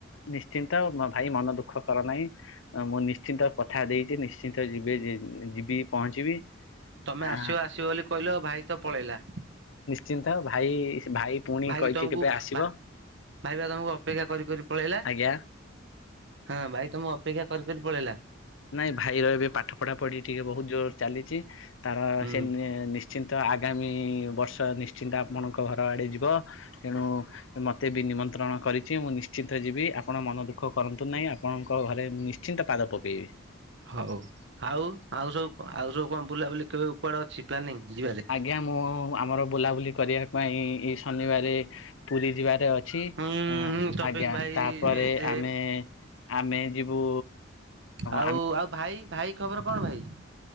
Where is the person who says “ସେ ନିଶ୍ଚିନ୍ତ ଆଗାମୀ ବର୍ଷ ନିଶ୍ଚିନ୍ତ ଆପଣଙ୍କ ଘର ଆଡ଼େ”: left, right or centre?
Left